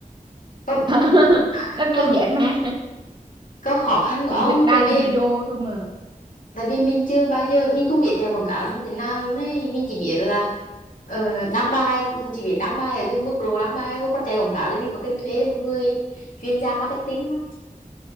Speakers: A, on the left; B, on the right.
A: có
B: <laughs> nó
A: có
B: đơn giản mà
A: có khó
B: <laughs>
A: khăn của
B: chỉ
A: ông
B: việc đăng
A: tại vì
B: video thôi mà
A: tại vì mình chưa bao giờ mình cũng biết chạy quảng cáo như thế nào luôn ấy mình chỉ biết là ờ, đăng bài chỉ biết đăng bài ở dưới mức độ đăng bài thôi còn chạy quảng cáo thì mình có cần thuê một người chuyên gia marketing không